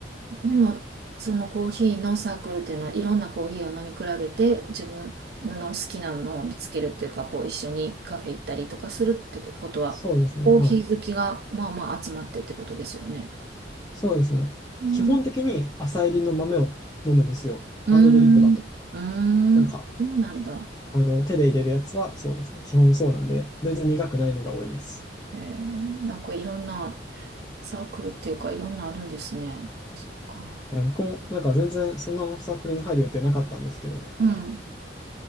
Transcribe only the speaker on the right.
ー。でも、そのコーヒーのサークルっていうのは、いろんなコーヒーを飲み比べて、自分の好きなのを見つけるっていうか、こう一緒にカフェ行ったりとかするってことは、
コーヒー好きがまあまあ集まってってことですよね。
うん。
うーん。うーん。
そうなんだ。
へえ、なんかいろんなサークルっていうか、いろんなあるんですね。か。
うん。